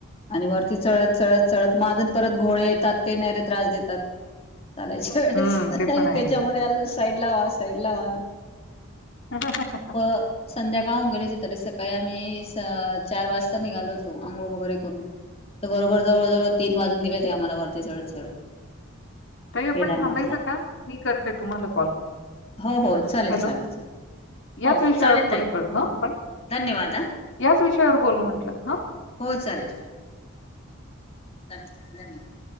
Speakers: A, on the left; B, on the left.
A: आणि वरती चढत चढत चढत मग अजून परत घोडे येतात ते नाहीरे त्रास देतात चालायच्या वेळेस
B: हं,
A: त्याच्यामध्ये
B: ते पण आहे.
A: आजुन साईड ला व्हा साईड ला व्हा
B: हा ह ह ह
A: प
B: ह
A: संध्याकाळ होऊन गेली तरी सकाळी आम्ही चार वाजता निघालो होतो आंघोळ वगैरे करून तर बरोबर जवळ जवळ तीन वाजून गेले ते आम्हाला घरती चढत चढत
B: काही आपण
A: केदारनाथला
B: थांबायचं का मी करते तुम्हाला कॉल
A: हो हो चालेल
B: हॅलो
A: चालेल चालेल
B: याच
A: हो
B: विषयावर
A: चालेल
B: पुढे
A: ताई
B: करू हा आपण
A: धन्यवाद हा
B: याच विषयावर बोलू म्हंटलं हा
A: हो चालेल चालेल चाल धन्यवाद